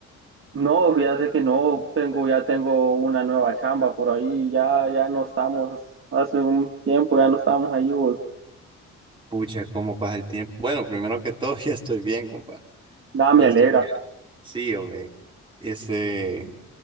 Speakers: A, on the right (about 45°); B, on the right (about 15°).
A: No, fíjate que no tengo, ya tengo una nueva chamba por ahí, ya, ya no estamos, hace un tiempo ya no estamos ahí, vos.
B: Pucha, cómo pasa el tiempo. Bueno, primero que todo, <laughs> ya estoy bien, compa.
A: Nada, me
B: Ya
A: alegra.
B: Estoy bien. Sí, hombre. Este,